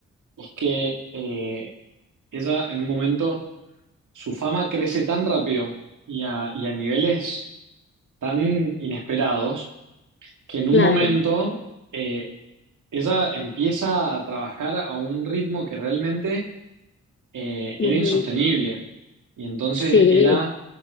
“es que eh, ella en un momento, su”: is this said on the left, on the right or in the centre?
Right